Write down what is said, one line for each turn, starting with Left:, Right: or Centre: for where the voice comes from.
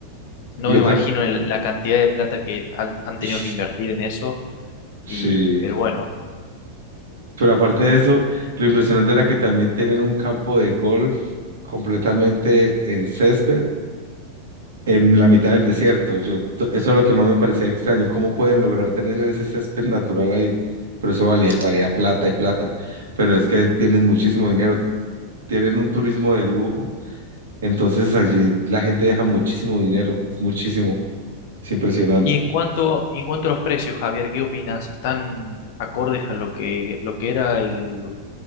Left: no
Right: Y
Left: me
Right: otra,
Left: imagino el- la cantidad de plata que han, han tenido
Right: <sighs>
Left: que invertir en eso,
Right: sí,
Left: y, pero bueno.
Right: pero aparte de eso, lo impresionante era que también tienen un campo de golf completamente en césped, en la mitad del desierto. Yo, to- eso es lo que más me parecía extraño, cómo pueden lograr tener ese césped natural ahí, pero eso valía, valía plata y plata, pero es que tienen muchísimo dinero, tienen un turismo de lujo, entonces allí la gente deja muchísimo dinero, es muchísimo, es impresionante.
Left: Y en cuanto, en cuanto a los precios, Javier, ¿qué opinas? ¿Están acordes a lo que, lo que era el,